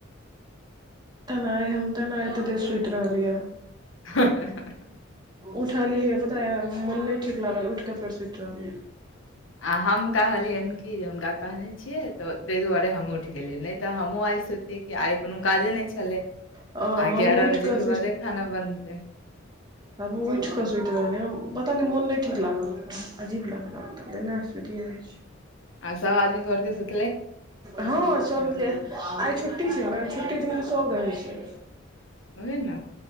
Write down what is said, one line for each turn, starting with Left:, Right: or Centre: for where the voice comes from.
Right: तेनाइ हम तेना एते देर सुति रहलियै
Left: ह ह ह
Right: उठलियै पता य मोन नहि ठीक लागल उठ कऽ फेर सुति रहलियै
Left: आ हम कहलियन कि जे हुनका कहने छियै तऽ ताहि दुआरे हम उठि गेलियै तऽ हमहहुँ आइ सोचियै कि आइ कोनो काजे नहि छले
Right: अ हमहूँ
Left: आ ग्यारह
Right: उठि
Left: बजे
Right: कऽ
Left: के बादे खाना बनते <inaudible>
Right: हमबू उठि कऽ सुति रहलिय हँ पता नहि मोन नहि ठीक लागल अजीब लागल नहि सुतिए रहैत छी
Left: आ सब आदमी घरके सुत
Right: हँ सभ ले आइ छुट्टी छै ने छुट्टी दिनक ते सभ रहै छै
Left: होेई नै